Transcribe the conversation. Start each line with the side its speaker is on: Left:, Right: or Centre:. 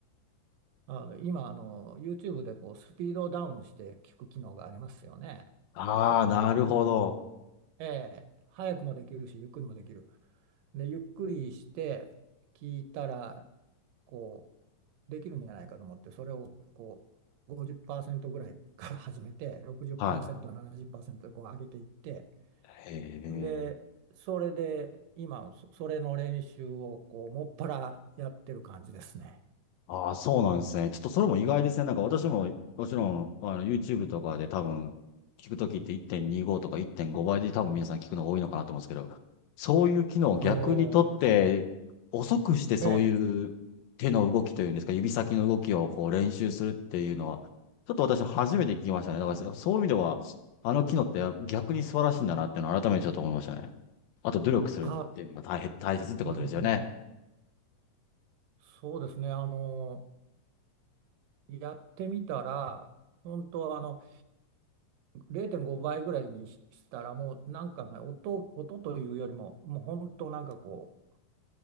Right: あの今あの YouTube でこうスピードをダウンして聞く機能がありますよね。
Left: ああ、
Right: こ
Left: なるほど。
Right: う、ええ、早くもできるし、ゆっくりもできる。で、ゆっくりして聞いたら、こう、できるんじゃないかと思って、それをこう、50%ぐらいから始めて、60%、
Left: は
Right: 70%でこう上げていって、
Left: い。へえ。
Right: で、それで今、そそれの練習をこう、もっぱらやってる感じですね。
Left: ああ、そうなんですね。ちょっとそれも意外ですね。なんか私も、もちろん、あの、YouTube とかで多分、聞くときって1.25とか1.5倍で多分皆さん聞くの多いのかなと思うんですけど、そういう機能を逆にとって、
Right: おお、
Left: 遅くしてそういう手の動きというんですか、
Right: ええ、
Left: 指先の動きをこう練習するっていうのは、ちょっと私初めて聞きましたね。だからそういう意味では、あの機能って逆に素晴らしいんだなっていうのを改めてちょっと思いましたね。あと努力するっていうのが大変、
Right: あ、
Left: 大切ってことですよね。
Right: うんうんうん。そうですね、あの、やってみたら、本当あの、0.5倍ぐらいにししたらもうなんかね音、音というよりももう本当なんかこ